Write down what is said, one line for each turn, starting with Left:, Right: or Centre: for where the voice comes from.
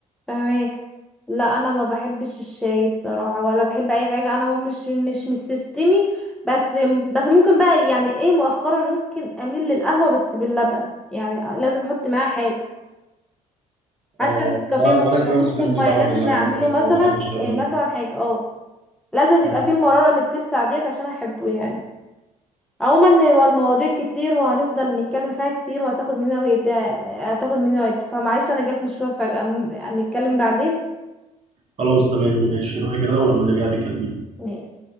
Centre: فاهماك لا انا ما بحبش الشاي الصراحه ولا بحب اي حاجه انا هو مش مش مش سيستمي بس بس ممكن بقى يعني ايه مؤخرا ممكن اميل للقهوه بس باللبن يعني لازم احط معاها حاجه حتى
Right: اه
Centre: النسكافيه
Right: لا،
Centre: ما
Right: وانا
Centre: بشربوش
Right: كمان بحب
Centre: بالميه
Right: القهوه
Centre: لازم
Right: باللبن
Centre: اعمله
Right: على فكره
Centre: مثلا
Right: وبحب الشاي
Centre: إيه
Right: باللبن
Centre: مثلا حاجه اه لازم
Right: مم.
Centre: يبقى فيه المرارة اللي بتلسع ديت عشان احبه يعني عموما هو المواضيع كتير وهنفضل نتكلم فيها كتير وهتاخد مننا وقت هتاخد مننا وقت فمعلش انا جالي مشوار فجأة م- هنتكلم بعدين
Right: خلاص تمام ماشي روحي كده ولما ترجعي بيكلميني
Centre: ماشي